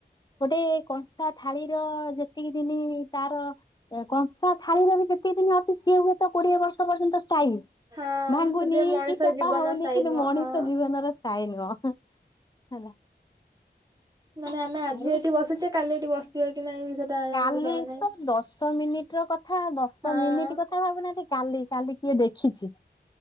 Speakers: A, on the left; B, on the right.
A: ଗୋଟେ କଂସା ଥାଳିର ଯେତିକି ଦିନି ତାର କଂସା ଥାଳିର ବି ସେତେ ଦିନ ଅଛି ସିଏ ହୁଏତ କୋଡିଏ ବର୍ଷ ପର୍ଯ୍ୟନ୍ତ ସ୍ଥାଇ।
B: ହଁ
A: ଭାଙ୍ଗୁନି
B: କିନ୍ତୁ ଏ ମଣିଷ
A: କି ଚେପା
B: ଜୀବନ
A: ହଉନି
B: ସ୍ଥାୟୀ
A: କିନ୍ତୁ
B: ନୁହଁ
A: ମଣିଷ
B: ହଁ
A: ଜୀବନର ସ୍ଥାୟୀ ନୁହଁ। ହେଲା।
B: ମାନେ ଆମେ ଆଜି
A: ଆଉ
B: ଏଠି ବସଛେ କାଲି ଏଠି ବସିଥିବ କି ନାଇଁ ସେଟା
A: କାଲି
B: ଆମକୁ ଜଣା ନାହିଁ
A: ତ ଦଶ ମିନିଟ ର କଥା ଦଶ
B: ହଁ
A: ମିନିଟ କଥା ଭାବୁନାହାନ୍ତି କାଲି କାଲି କିଏ ଦେଖିଛି?